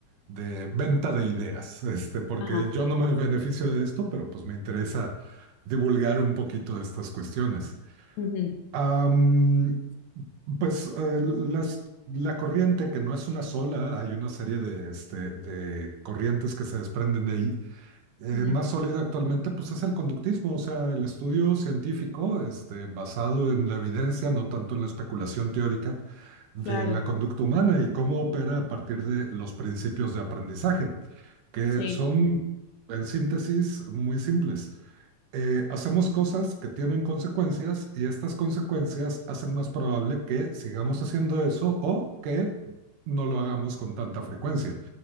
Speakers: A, on the right; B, on the left.
A: de venta de ideas, este, porque
B: Ajá.
A: yo no me beneficio de esto, pero pues me interesa divulgar un poquito de estas cuestiones.
B: ujú,
A: Am, Pues eh, las- la corriente, que no es una sola, hay una serie de, este, de corrientes que se desprenden de ahí. Eh,
B: ujú,
A: más sólida actualmente, pues es el conductismo, o sea, el estudio científico este, basado en la evidencia, no tanto en la especulación teórica de
B: claro,
A: la conducta humana y cómo opera a partir de los principios de aprendizaje, que
B: sí.
A: son, en síntesis, muy simples eh, hacemos cosas que tienen consecuencias y estas consecuencias hacen más probable que sigamos haciendo eso o que no lo hagamos con tanta frecuencia.